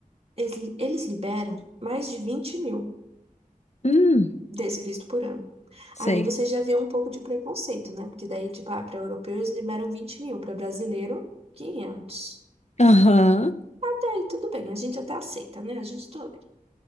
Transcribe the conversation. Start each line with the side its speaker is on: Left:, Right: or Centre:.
Right: eles, eles liberam mais de 20 mil
Left: hum,
Right: desse visto por ano.
Left: sei.
Right: Aí você já vê um pouco de preconceito, né? Porque daí, tipo, ah, para europeu eles liberam 20 mil, para brasileiro, 500.
Left: Aham,
Right: Até aí tudo bem, a gente até aceita, né? A gente tolera.